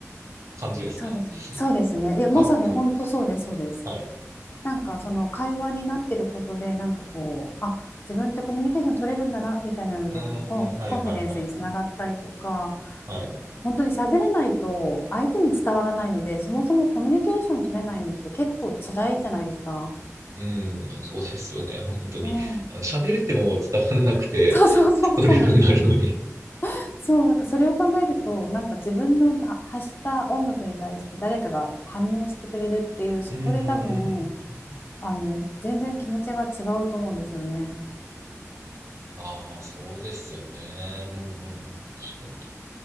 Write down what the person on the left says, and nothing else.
そうですね。そうですね。いやまさに本当そうですそうです。
なんかその会話になってることで、なんかこう、あ、自分ってコミュニケーション取れるんだな、みたいなので、
こう、コン、
コンフィデンスにつながったりとか、
本当に喋れないと相手に伝わらないので、そもそもコミュニケーション取れないのって結構辛いじゃないですか。
ねえ。
そう <laughs> そうそうそうなんですよ。
そう、なんかそれを考えると、なんか自分の発した音楽に対して誰かが反応してくれるっていう、そこで多分、
あの、全然気持ちが違うと思うんですよね。